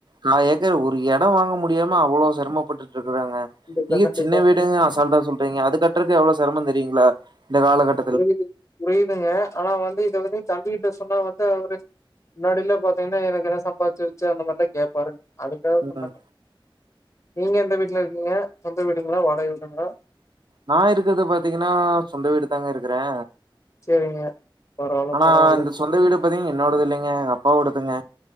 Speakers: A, on the right; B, on the left.
A: நா ஏக்கர் ஒரு இடோ வாங்க முடியாம அவ்ளோ சிரமப்பட்டுட்டு இருக்குறேங்க
B: கண்டிப்பா
A: நீங்க
B: கண்டிப்பாங்க
A: சின்ன வீடுனு அசால்டா சொல்றீங்க அது கட்டுறக்கே எவ்ளோ சிரமோ தெரியுங்களா இந்த கால கட்
B: புரிது புரியுதுங்க ஆனா வந்து இத வந்து தம்பிகிட்ட சொன்னா வந்து அவுரு முன்னாடிலா பாத்தீங்கன்னா எனக்கு என்ன சம்பாதிச்சு வச்சு அந்த மாரிலாம் கேட்பாரு அதுக்காக
A: ம்
B: சொன்னேங்க நீங்க எந்த வீட்ல இருக்கீங்க சொந்த வீடுங்களா வாடக வீடுங்களா
A: நா இருக்குறத பாத்தீங்கன்னா சொந்த வீடு தாங்க இருக்குறே
B: சேரிங்க பரவால்ல
A: ஆனா
B: பரவால்லங்க
A: இந்த சொந்த வீடு இப்பதைங் என்னோடது இல்லைங்க அப்பாவோடுதுங்க